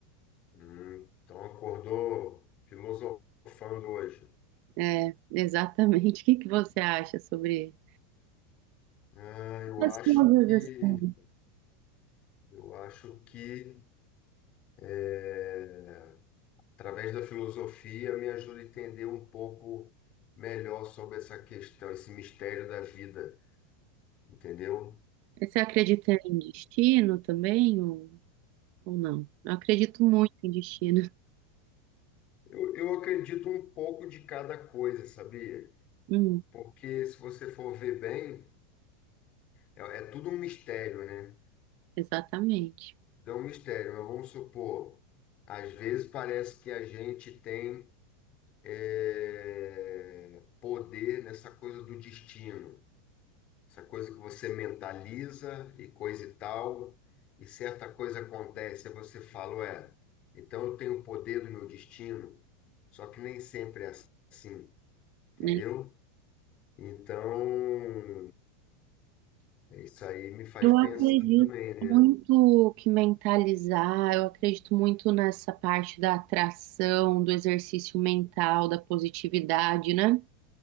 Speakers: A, on the left (about 30°); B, on the right (about 45°).
A: hum, então acordou filosofando hoje.
B: É, exatamente. <laughs> O que que você acha sobre
A: Ah, eu
B: essas
A: acho
B: coisas
A: que
B: assim?
A: eu acho que eh, através da filosofia me ajuda a entender um pouco melhor sobre essa questão, esse mistério da vida, entendeu?
B: Você acredita em destino também ou, ou não? Eu acredito muito em destino. <laughs>
A: Eu, eu acredito um pouco de cada coisa, sabia?
B: Hum,
A: Porque se você for ver bem, é é tudo um mistério, né?
B: exatamente.
A: Não é um mistério, mas vamos supor, às É. vezes parece que a gente tem eh, poder nessa coisa do destino, essa coisa que você mentaliza e coisa e tal, e certa coisa acontece, aí você fala, ué, então eu tenho o poder do meu destino, só que nem sempre é assim, entendeu?
B: né?
A: Então, é, isso aí me faz
B: Eu
A: pensar
B: acredito
A: também, né?
B: muito que mentalizar, eu acredito muito nessa parte da atração, do exercício mental, da positividade, né?